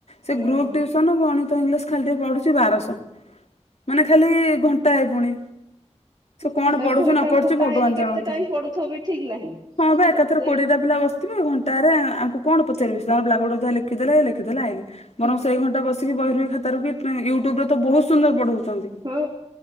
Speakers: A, on the left (about 70°); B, on the right (about 40°).
A: ସେ
B: ହୁଁ
A: ଗ୍ରୁପ୍ ଟ୍ୟୁସନ ଗଣିତ ଇଂଲିଶ୍ ଖାଲି ଟିକେ ପଢୁଛି ବାରଶହ ମାନେ ଖାଲି ଘଣ୍ଟାଏ ପୁଣି ସେ କଣ
B: ଘଣ୍ଟା
A: ପଢୁଛି
B: ପୁଣି
A: ନ
B: ତାଙ୍କୁ
A: ପଢୁଛି
B: ଟାଇମ
A: ଭଗବାନ
B: କେତେ
A: ଜାଣନ୍ତି
B: ଟାଇମ ପଡୁଥିବ ବି ଠିକ ନାହିଁ।
A: ହଁ ବା ଏକାଥରେ
B: ଏତେ
A: ଅଲଗା ପିଲା ବସିଥିବେ ଆଉ ଘଣ୍ଟାଏରେ ଆଙ୍କୁ କଣ ପଚାରିବେ ସେତାଙ୍କର ବ୍ଲାକ ବୋଡ଼ର୍ ଯାହା ଲେଖିଦେଲେ ଲେଖିଦେଲେ ଏ ଆଇଲେ
B: ହୁଁ
A: ବରଂ ସେଇ ଘଣ୍ଟା ବସିକି ବହିରୁ କି ଖାତାରୁ ବି ୟୁଟ୍ୟୁବରେ ତ ବହୁତ୍ ସୁନ୍ଦର ପଢଉଛନ୍ତି।
B: ହଁ